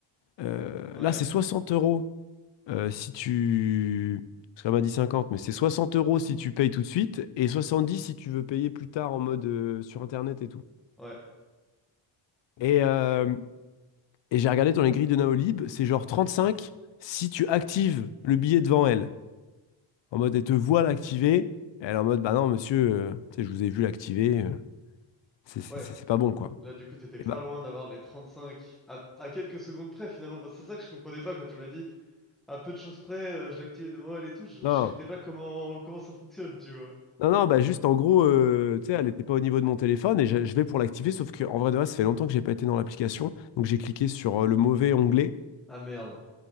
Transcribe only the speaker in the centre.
Ouais,
ouais,
ouais.
Ouais.
Là, du coup, t'étais pas
loin d'avoir les 35 à, à quelques secondes près, finalement. Parce que c'est ça que je comprenais pas quand tu m'as dit, à peu de choses près, euh, je l'activais devant elle et tout. Je,
je captais pas comment, comment ça fonctionne, tu vois.
Ah merde.